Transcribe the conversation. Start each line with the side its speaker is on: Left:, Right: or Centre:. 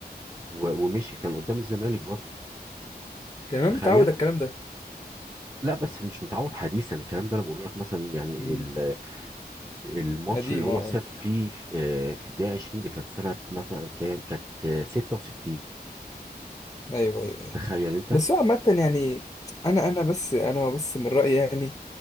Right: و- ومشي كان قدام الزمالك برضه
Left: يعني
Right: تخيل
Left: انا متعود على الكلام ده
Right: لا بس مش متعود حديثا الكلام ده انا بقول لك مثلا إيه، يعني
Left: مم.
Right: ال- الماتش
Left: قديم
Right: اللي هو
Left: اه
Right: ساب فيه آه، في الدقيقة 20 ده كانت سنة مثلا كام كانت آه، 66
Left: ايوه ايوه ايوه
Right: تخيل انت
Left: بس هو عامة يعني انا انا بس انا بس من رأيي يعني